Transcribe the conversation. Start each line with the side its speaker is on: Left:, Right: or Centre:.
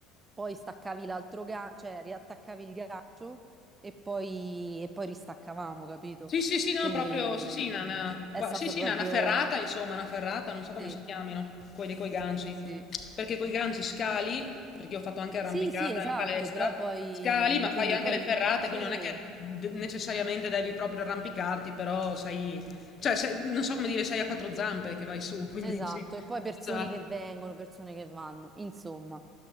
Right: poi staccavi l'altro gancio, cioè riattaccavi il gancio e poi, e poi ristaccavamo, capito?
Left: Sì, sì, sì, no,
Right: Quindi
Left: proprio, sì, sì, una, una-
Right: è
Left: qua-
Right: stato
Left: sì, sì,
Right: proprio...
Left: una, una ferrata, insomma, una ferrata, non so come
Right: Sì,
Left: si chiamino, quelli coi ganci,
Right: sì.
Left: perché coi ganci scali, perché io ho fatto anche arrampicata
Right: Sì, sì, esatto,
Left: in palestra,
Right: però poi...
Left: scali, ma
Right: e
Left: fai
Right: Quindi
Left: anche
Right: poi...
Left: le ferrate,
Right: Sì,
Left: quindi non è che d- necessariamente devi proprio arrampicarti, però sei, cioè, sei- non so come dire, sei a quattro zampe che vai su, <laughs> quindi
Right: esatto,
Left: sì,
Right: e poi persone
Left: esatto.
Right: che vengono, persone che vanno, insomma.